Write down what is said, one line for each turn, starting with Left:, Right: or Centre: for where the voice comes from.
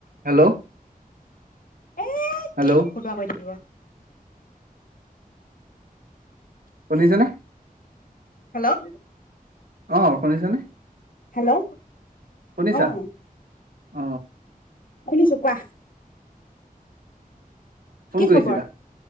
Right: Hello
Left: এ
Right: hello
Left: কিনো ফটোৱা কৰি থাকিব
Right: শুনিছেনে?
Left: হেল্ল'
Right: অ শুনিছানে?
Left: হেল্ল'
Right: শুনিছা
Left: আহ
Right: অ
Left: শুনিছোঁ কোৱা।
Right: ফোন
Left: কি খবৰ?
Right: কৰিছিলা?